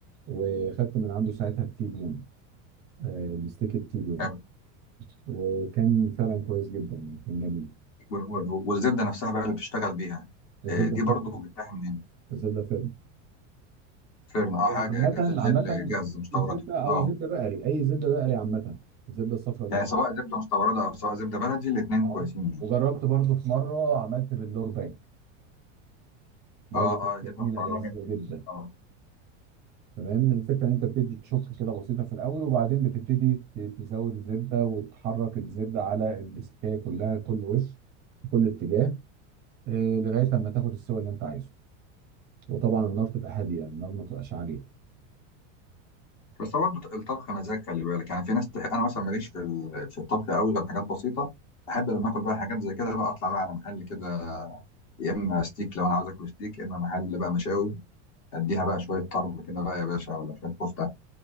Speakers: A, on the right (about 25°); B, on the left (about 40°).
A: وخدت من عنده ساعتها التي بيون آه، الستيك التيبيون
B: حلو.
A: وكان فعلا كويس جدا يعني كان جميل
B: و- و- والزبده نفسها بقى اللي بتشتغل بيها
A: الزبده
B: آه، دي برضو
A: فارغ
B: جبتها منين
A: الزبده فارغ
B: فيرن اه
A: عامه
B: حاجه جا-
A: عامه
B: اللي هي الجاهزه مستورده
A: الزبده او
B: اه
A: زبده بقري اي زبده بقري عامه الزبده الصفراء البقري
B: يعني سواء زبده مستورده او سواء زبده بلدي الاثنين
A: اه
B: كويسين يعني
A: وجربت برضو في مره عملت باللور باك برضو
B: اه
A: كانت
B: اه
A: جميله
B: زبده مستورده
A: لذيذه
B: جدا جدا
A: جدا
B: اه
A: تمام الفكره ان انت بتدي تشك كده بسيطه في الاول وبعدين بتبتدي ت- تزود الزبده وتحرك الزبده على الاستكايه كلها كل وش في كل اتجاه آه، لغايه لما تاخد السوى اللي انت عايزه وطبعا النار تبقى هاديه يعني النار ما تبقاش عاليه
B: بس هو برضه الطبخ مزاج خلي بالك يعني في ناس تح... انا مثلا ماليش في ال- في الطبخ قوي غير حاجات بسيطه احب لما اكل بقى حاجات زي كده بقى اطلع بقى على محل كده يا اما ستيك لو انا عاوز اكل ستيك يا اما محل بقى مشاوي اديها بقى شويه طرب كده بقى يا باشا ولا شويه كفته